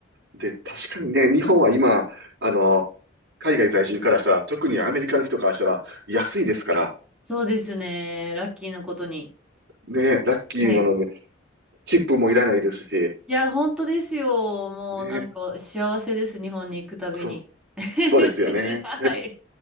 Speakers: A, on the right; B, in the centre.
A: で、確かにね、日本は今、あの、海外在住からしたら、特にアメリカの人からしたら、安いですから、
B: そうですね。ラッキーなことに。
A: ね、ラッキーなので、
B: はい。
A: チップもいらないですし、
B: いや、本当ですよ。もうなんか幸せです。
A: ね、
B: 日本に行くたびに。
A: そう、
B: <laughs>
A: そうですよね。
B: はい。